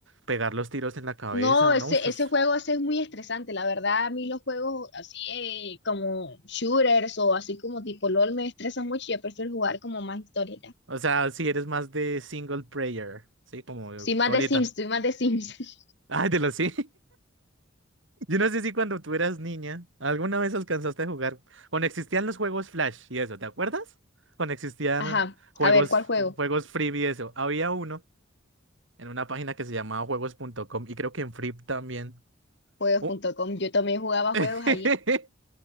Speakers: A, on the right; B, on the left.
A: pegar los tiros en la cabeza,
B: No, ese,
A: ¿no? Ush, ush.
B: ese juego ese es muy estresante, la verdad, a mí los juegos así eh, como shooters o así como tipo LOL me estresan mucho, yo prefiero jugar como más historia ya.
A: o sea, si eres más de single player, sí, como
B: Soy más
A: solita.
B: de Sims, soy más de Sims. <laughs>
A: <laughs> Ay, de los sí. Yo no sé si cuando tú eras niña, alguna vez alcanzaste a jugar, cuando existían los juegos Flash y eso, ¿te acuerdas? Cuando existían
B: Ajá,
A: juegos,
B: a ver, ¿cuál juego?
A: juegos Freebie y eso, había uno en una página que se llamaba juegos.com y creo que en Free también.
B: juegos.com.
A: Oh.
B: Yo también jugaba
A: <laughs>
B: juegos allí.